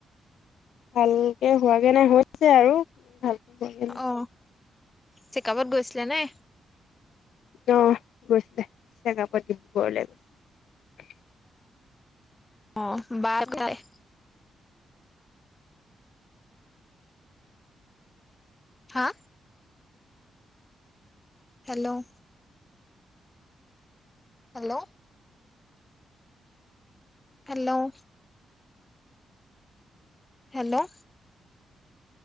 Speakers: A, on the left (about 80°); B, on the left (about 20°).
A: ভালকে হোৱাগে নাই হৈছে আৰু ভাল হোৱাগৈ নাই
B: অ চেকআপত গৈছিলে নে
A: অ গৈছিলে চেকআপ এ বাৰ ডিব্ৰুগড়লে গছে
B: অহ বাৰ কাই হা hello hello hello hello